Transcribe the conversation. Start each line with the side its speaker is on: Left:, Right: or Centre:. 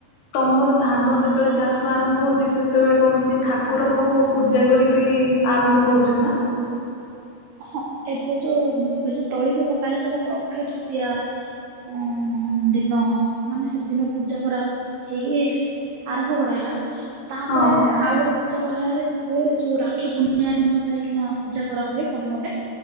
Left: ତମର ଧାନ ଯେତେବେଳେ ଚାଷ ଆରମ୍ଭ ହଉଛି ସେତେବେଳେ କଣଛି ଠାକୁରଙ୍କୁ ପୂଜା କରି କିରୀ ଆରମ୍ଭ କରୁଛ ନା?
Right: ହଁ, ଏବେ ଯୋଉ ଏବେ ଯୋଉ ତଳି ଯୋଉ ପକାହେଲା ସେଟା ତ ଅକ୍ଷୟ ତୃତୀୟା। ହ, ଦିନ ମାନେ ସେଦିନ ପୂଜା କରା ହେଇକି। ଆରମ୍ଭ କରା ହେଲା। ତା
Left: ହଁ।
Right: ପରେ ଆଉ ଗୋଟେ ପୂଜା କରାଏ ହୁଏ, ଯୋଉ ରାକ୍ଷୀ ପୂର୍ଣ୍ଣିମା ଦିନ ଯାଇକିନା ପୂଜା କରା ହୁଏ। କଣ ଗୋଟେ